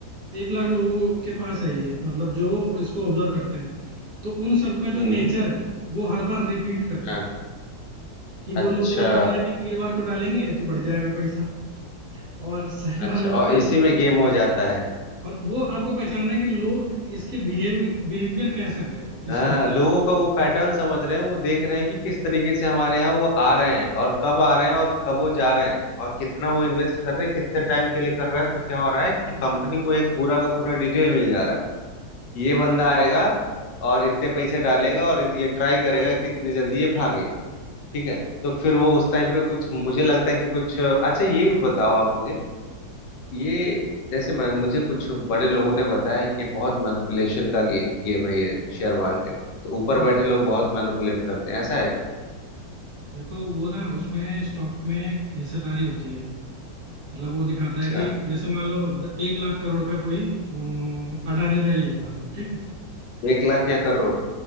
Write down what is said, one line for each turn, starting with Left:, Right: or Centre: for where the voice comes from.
Right: एक लाख लोगों के पास है ये मतलब जो इसको ऑब्जर्व करते हैं तो उन सबका
Left: हम्म
Right: जो नेचर है वो हर बार रिपीट करता
Left: हाँ
Right: है कि
Left: अच्छा
Right: वो लोग को लगता है कि वीरवार को डालेंगे तो बढ़ जाएगा पैसा और सही
Left: अच्छा
Right: मार्ग
Left: और
Right: मतलब
Left: इसी में गेम हो जाता है
Right: और वो आपको पहचानना है कि लोग इसके बिहेव बिहेवियर कैसा है
Left: हाँ
Right: स्टॉक
Left: लोगों
Right: का
Left: का वो पैटर्न समझ रहे हैं वो देख रहे हैं कि किस तरीके से हमारे यहाँ वो आ रहे हैं और कब आ रहे हैं और कब वो जा रहे हैं और कितना वो इन्वेस्ट कर रहे हैं कितने टाइम के लिए कर रहे हैं तो क्या हो रहा है कि कंपनी को एक पूरा का पूरा डिटेल मिल जा रहा है कि ये बंदा आएगा और इतने पैसे डालेगा और ये ट्राई करेगा कि इतनी जल्दी ये भागे ठीक है तो फिर वो उस टाइम पे कुछ मुझे लगता है कि कुछ अच्छा ये भी बताओ आप मुझे ये जैसे मैं मुझे कुछ बड़े लोगों ने बताया कि ये बहुत मैनिपुलेशन का गे, गेम है ये शेयर मार्केट तो ऊपर
Right: हम्म
Left: बैठे लोग बहुत मैनिपुलेट करते हैं ऐसा है क्या
Right: देखो वो ना उसमें स्टॉक में हिस्सेदारी होती है मतलब वो दिखाता
Left: अच्छा
Right: है कि जैसे मान लो द- एक लाख करोड़ का कोई अम, अडानी का ही है मान लो ठीक है
Left: एक लाख या करोड़